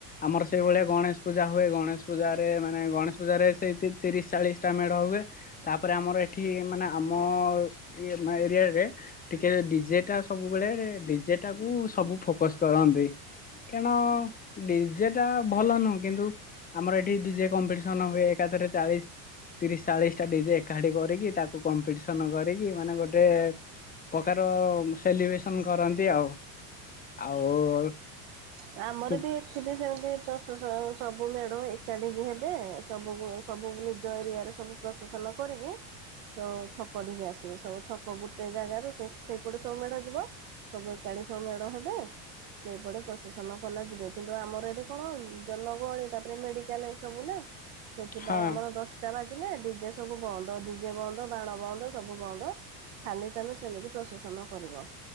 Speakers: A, on the left (about 20°); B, on the right (about 70°).
A: ଆମର ସେଇଭଳିଆ ଗଣେଶ ପୂଜା ହୁଏ। ଗଣେଶ ପୂଜାରେ ମାନେ ଗଣେଶ ପୂଜାରେ ସେଇ ତିରିଶ ଚାଳିଶଟା ମେଢ ହୁଏ। ତାପରେ ଆମର ଏଠି ମାନେ ଆମ ଇଏ ଏରିଆରେ ଟିକେ ଡିଜେ ଟା ସବୁବେଳେ ଡିଜେ ଟା କୁ ସବୁ ଫୋକସ କରନ୍ତି। କାରଣ ଡିଜେ ଟା ଭଲ ନୁହଁ କିନ୍ତୁ ଆମର ଏଠି ଡିଜେ କମ୍ପିଟିସନ ହୁଏ। ଏକାଥରେ ଚାଳିଶ ତିରିଶ ଚାଳିଶ ଟା ଡିଜେ ଏକାଠି କରିକି ତାକୁ କମ୍ପିଟିସନ କରିକି ମାନେ ଗୋଟେ- ପ୍ରକାର ସେଲିବ୍ରେସନ କରନ୍ତି ଆଉ। ଆଉ
B: <unintelligible> ଆମର
A: ତୁ
B: ବି ଏଠି ବି ସେମିତି ସବୁ ମେଢ ଏକାଠିିକି ହେବେ ସବୁ ସବୁ ବି ନିଜ ଏରିଆରେ ସବୁ ପ୍ରସେସନ କରିକି ସବୁ ଛକ ନେଇିକି ଆସିବେ। ସବୁ ଛକ ଗୋଟେ ଜାଗାରୁ ସେଇପଟେ ସବୁ ମେଢ ଯିବ ସବୁ ଏକାଠି ସବୁ ମେଳ ହେବେ। ସେଇପଟେ ପ୍ରସେସନ କଲେ ଯିବେ କିନ୍ତୁ ଆମର ଏଠି କଣ ଜନଗହଳି, ତାପରେ ମେଡିକାଲ ଏ ସବୁ ନା। ସେଥିପାଇଁ
A: ହଁ।
B: ଆମର ଦଶଟା ବାଜିଲେ ଡିଜେ ସବୁ ବନ୍ଦ। ଡିଜେ ବନ୍ଦ ବାଣ ବନ୍ଦ ସବୁ ବନ୍ଦ। ଖାଲି ତମେ ସେମିତି ପ୍ରସେସନ କରିବ।